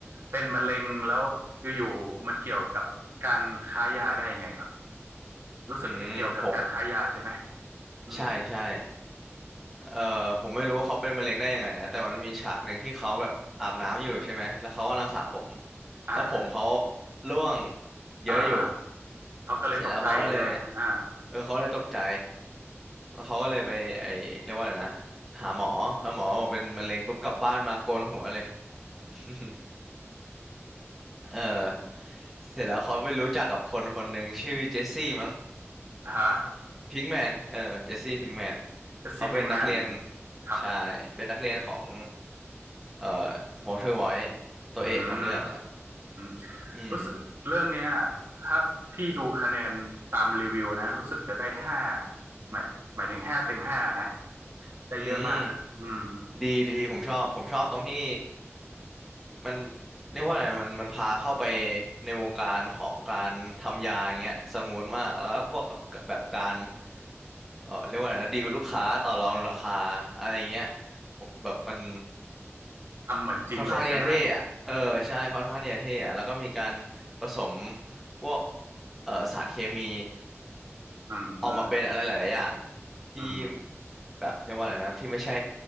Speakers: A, on the right (about 55°); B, in the centre.
A: เป็นมะเร็งแล้วอยู่ๆมันเกี่ยวกับการค้ายาได้ยังไงครับรู้สึกจะเกี่ยวกับการค้ายาใช่ไหม
B: อืมผม
A: อืม
B: ใช่ใช่เออผมไม่รู้ว่าเขาเป็นมะเร็งได้ยังไงนะแต่มันมีฉากหนึ่งที่เขาแบบอาบน้ำอยู่ใช่ไหมแล้วเขากำลังสระผม
A: อ่า
B: แล้วผมเขาร่วงเยอะอยู่
A: อ่าอ่าเขาก็เลยตกใจใช่ไหมอ่า
B: เสร็จแล้วเขาก็เลยเออเขาเลยตกใจแล้วเขาก็เลยไปไอเรียกว่าอะไรนะหาหมอแล้วหมอบอกเป็นมะเร็งปุ๊บกลับบ้านมาโกนหัวเลย <laughs> เออเสร็จแล้วเขาไปรู้จักกับคนคนหนึ่งชื่อเจสซี่มั้ง
A: <laughs> อฮะ
B: พิงแมนเออเจสซี่พิงแมน
A: The
B: เขาเป็นนักเรียน
A: Sleeping Man ครับ
B: ใชายเป็นนักเรียนของเอ่อวอเตอร์ไวท์ตัวเอกของเรื่องอะแหละ
A: อืม อืม
B: อืม
A: รู้สึกเรื่องเนี้ยถ้าพี่ดูคะแนนตามรีวิวนะรู้สึกจะได้ห้าหมายหมายถึงห้าเต็มห้านะได้เยอะมากอะอืม
B: อืม ดีดีผมชอบผมชอบตรงที่มันเรียกว่าอะไรมันมันพาเข้าไปในวงการของการทำยาอย่างเงี้ยสมูทมากแล้วก็พวกแบบการเออเรียกว่าอะไรนะดีลลูกค้าต่อรองราคาอะไรอย่างเงี้ยผมแบบมัน
A: ทำเหมือนจริงเลยใช่ไหม
B: ค่อนข้างเนี่จะเท่อะเออใช่ค่อนข้างเนี่จะเท่อะแล้วก็มีการผสมพวกเอ่อสารเคมี
A: อืม
B: ออกมาเป็นอะไรหลายๆอย่างที่
A: อืม
B: แบบเรียกว่าอะไรนะที่ไม่ใช่